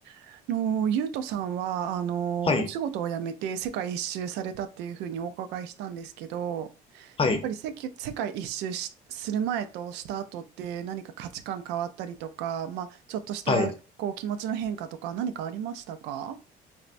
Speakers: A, on the right (about 90°); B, on the left (about 35°).
A: あの、ゆうとさんは、あの、
B: はい、
A: お仕事を辞めて世界一周されたっていうふうにお伺いしたんですけど、
B: はい、
A: やっぱり世界、世界一周しする前とした後って何か価値観変わったりとか、まあ、ちょっとした、
B: はい。
A: こう、気持ちの変化とか何かありましたか